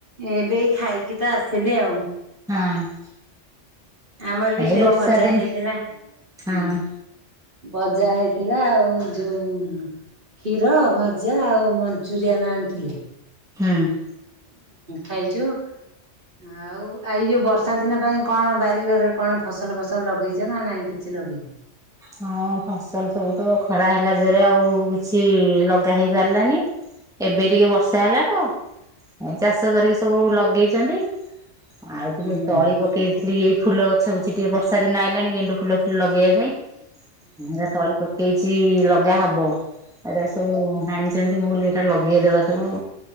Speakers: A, on the right; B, in the centre.
A: ଏବେଇ ଖାଇକି ତ ଆସିଲି ଆଉ।
B: ହଁ <unintelligible>
A: ଆମର ବି
B: ଏଇ
A: ସେଇ
B: ବର୍ଷା
A: ଭଜା
B: ଦିନ
A: ହେଇଥିଲା।
B: ହଁ
A: ହୁଁ, ଭଜା ହେଇଥିଲା ଆଉ ଯୋଉ କ୍ଷୀର ଭଜା ଆଉ ମଞ୍ଚୁରିଆନ୍ ଆଣିଥିଲେ।
B: ହଁ <unintelligible>
A: ଖାଇଛୁ ଆ ଆଉ ଆଇ ଯଉ ବର୍ଷା ଦିନ ପାଇଁ କଣ ବାରି ଘରେ କଣ ଫସଲ ଫସଲ ଲଗେଇଛ ନା ନାଇଁ କିଛି ଲଗେଇନ?
B: ହଁ ଫସଲ ସବୁ ତ ଖରା ହେଲା ଜୋରେ ଆଉ କିଛି ଲଗା ହେଇପାରିଲାନି। ଏବେ ଟିକେ ବର୍ଷା ହେଲା ଟ ଚାଷ କରିକି ସବୁ ଲଗେଇଛନ୍ତି। ଆଉ ଟିକେ
A: ହୁଁ
B: ତଳି ପକେଇଥିଲି ଏଇ ଫୁଲ ଗଛ ହଉଛି। ଟିକେ ବର୍ଷା ଦିନ ହେଇଲାଣି ଗେଣ୍ଡୁ ଫୁଲ ଫୁଲ ଲଗେଇବା ପାଇଁ। ଏ ତଳି ପକେଇଛି ଲଗା ହବ। ଆରେ ସବୁ ହାଣିଛନ୍ତି ମୁଁ କ ଏଟା ଲଗେଇଦବା ସବୁ।